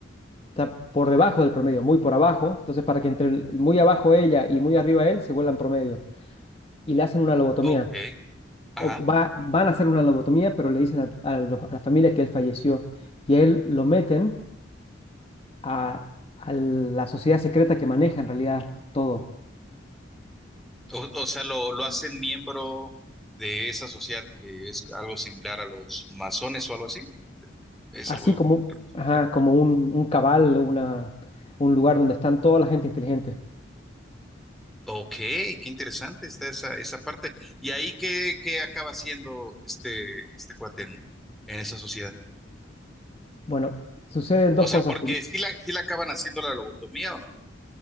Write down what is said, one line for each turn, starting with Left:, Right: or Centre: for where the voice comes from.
Left: está por debajo del promedio, muy por abajo. Entonces, para que entre el- muy abajo ella y muy arriba él se vuelvan promedio. Y le hacen una lobotomía.
Centre: Ok. Ajá.
Left: O va- van a hacer una lobotomía, pero le dicen a, a los- a la familia que él falleció. Y a él lo meten a, a la sociedad secreta que maneja en realidad todo.
Centre: O, o sea, lo, lo hacen miembro de esa sociedad que es algo similar a los masones o algo así. ¿Es
Left: Así
Centre: algo?
Left: como,
Centre: similar?
Left: ajá, como un, un cabal, una un lugar donde están toda la gente inteligente.
Centre: Ok, qué interesante está esa, esa parte. ¿Y ahí qué, qué acaba siendo este, este cuate en, en esa sociedad?
Left: Bueno, suceden dos
Centre: O sea,
Left: cosas.
Centre: porque sí la, sí la acaban haciendo la lobotomía o no.